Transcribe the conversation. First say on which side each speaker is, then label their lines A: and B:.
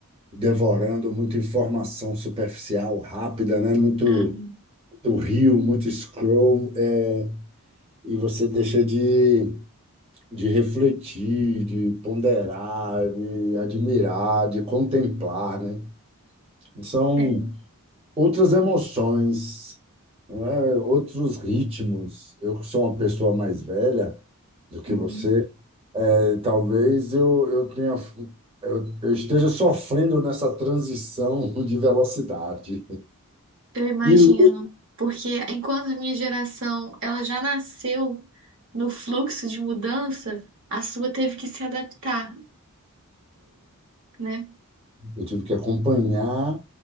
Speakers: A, on the right; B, on the right.
A: devorando muita informação superficial, rápida, né? Muito,
B: Aham.
A: muito reel, muito scroll, é, e você deixa de, de refletir, de ponderar, de admirar, de contemplar, né? São
B: É.
A: outras emoções, né? Outros ritmos. Eu que sou uma pessoa mais velha do que
B: Uhum.
A: você. Talvez eu, eu tenha, eu, eu esteja sofrendo nessa transição <laughs> de velocidade.
B: Eu imagino,
A: E lento.
B: porque enquanto a minha geração, ela já nasceu no fluxo de mudança, a sua teve que se adaptar, né?
A: eu tive que acompanhar